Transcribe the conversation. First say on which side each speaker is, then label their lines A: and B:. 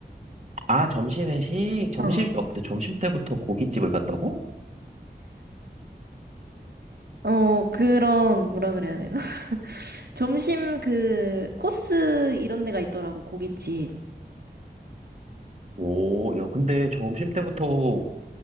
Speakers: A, on the right; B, on the right.
A: 아, 점심 회식? 점심,
B: 어,
A: 어, 근데 점심 때부터 고깃집을 간다고?
B: 어, 그런, 뭐라 그래야 되나? 점심 그 코스 이런 데가 있더라고 고깃집.
A: 오, 야, 근데 점심 때부터